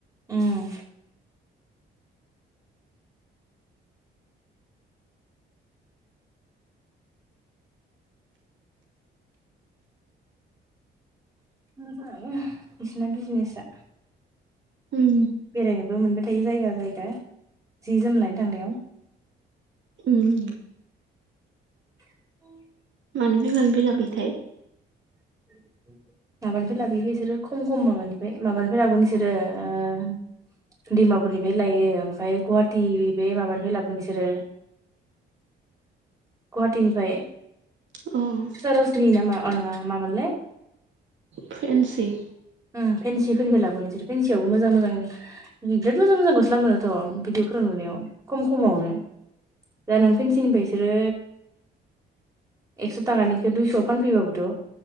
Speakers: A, on the right; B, on the right.
A: उम। मोजाङानो बिसिना बिजनेसा
B: उम
A: बेरायनोबो मोनबाय थायो जायगा-जायगा जि-जोम लायनो थांनायाव।
B: उम।
A: <inaudible>
B: मानिफाय-मानिफाय लाबोयोथाय?
A: <inaudible> माबानिफ्राय लाबोयोलै बिसोरो खम-खम माबानिफ्राय- माबानिफ्राय लागोन बिसोरो ओ डिमापुरनिफाय लायो। ओमफाय गवाटि बे माबानिफाय लाबोगोन बिसोरो। गवाटिनिफाय?
B: अ
A: सर'ज'नि ना मा अ नङा। मामोनलाय?
B: फेन्सि।
A: उम फेन्सिफोरनिफाय लाबोगोन इसोर। फेन्सियावबो मोजां मोजां बिराद मोजां मोजां गस्ला मोनोाथ'। भिदिअ फोराव नुनायाव, खम खमावनो, दा नों फेन्सिनिफाय इसोरो एकस' ताकानिखो दुइस'आव फानफैबाबोथ'।